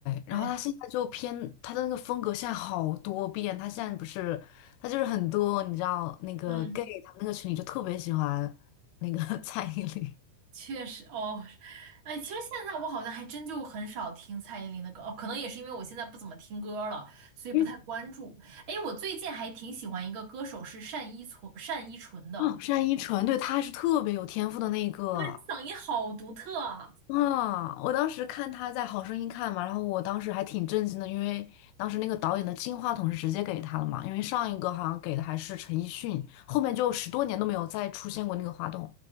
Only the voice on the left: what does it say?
然后他现在就偏他的那个风格现在好多变，
他现在不是他就是很多，你知道那个
gay 他们那个群里就特别喜欢那个 <laughs> 蔡依林，
因为
哦单依纯，对，她是特别有天赋的那一个
啊，我当时看她在《好声音》看嘛，然后我当时还挺震惊的，因为当时那个导演的金话筒是直接给他了嘛，因为上一个好像给的还是陈奕迅，后面就十多年都没有再出现过那个话筒。